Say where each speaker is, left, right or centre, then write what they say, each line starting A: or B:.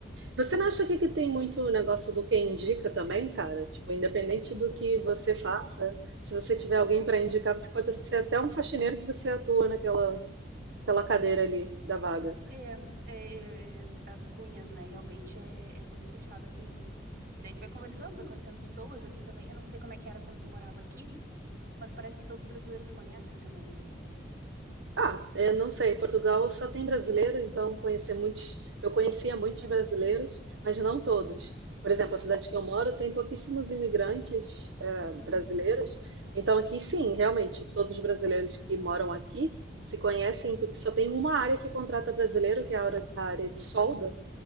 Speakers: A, on the right; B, on the right.
A: Você não acha que, que tem muito o negócio do quem indica também, cara? Tipo, independente do que você faça, se você tiver alguém para indicar, você pode ser até um faxineiro que você atua naquela, aquela cadeira ali da vaga.
B: É, é, é, é, as as cunhas, né? Realmente é, é muito puxado aqui isso. E daí tu vai conversando, vai conhecendo pessoas aqui também. Eu não sei como é que era quando tu morava aqui, mas parece que todos os brasileiros conhecem também, né?
A: Ah, eu não sei. Portugal só tem brasileiro, então conhecer muitos, eu conhecia muitos
B: É.
A: brasileiros, mas não todos. Por exemplo, a cidade que eu moro tem pouquíssimos imigrantes eh,
B: Uhum,
A: brasileiros. Então aqui sim, realmente, todos os brasileiros que moram aqui se conhecem, porque só tem uma área que contrata brasileiro, que é a área a área de solda.